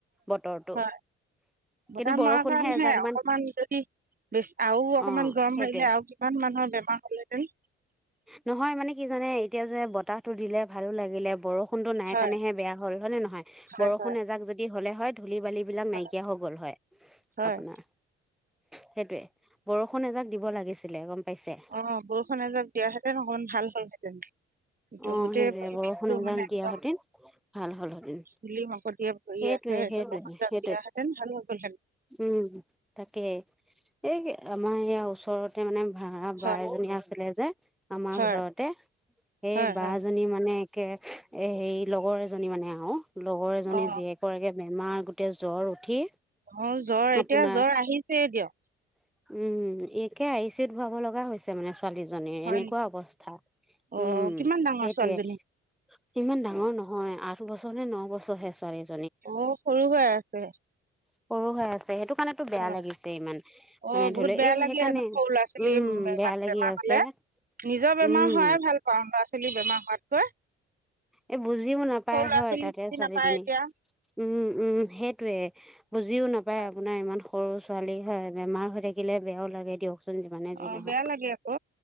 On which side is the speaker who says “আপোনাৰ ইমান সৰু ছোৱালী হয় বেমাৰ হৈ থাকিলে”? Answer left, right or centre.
Centre